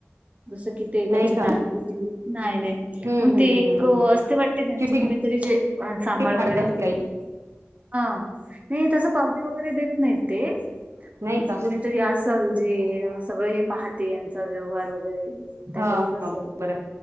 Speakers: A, on the right; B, on the right.
A: जसं की. ते त्यांची
B: नाही का
A: दान पेटी, नाही नाही.
B: हम्म
A: मग
B: हम्म
A: ते
B: हम्म
A: एक
B: हम्म
A: असते वाटते त्यांचं
B: चिटी
A: कुणीतरी जे अ सांभाळ
B: ते फाडत
A: वगैरे करते.
B: असते आई
A: हा नाही तसं पावती वगैरे देत नाहीत ते.
B: नाही
A: म्हणजे
B: का
A: कुणीतरी असल जे सगळं हे पाहते यांचा व्यव्हार वगैरे. त्या
B: हा
A: टाईप असेल
B: बरं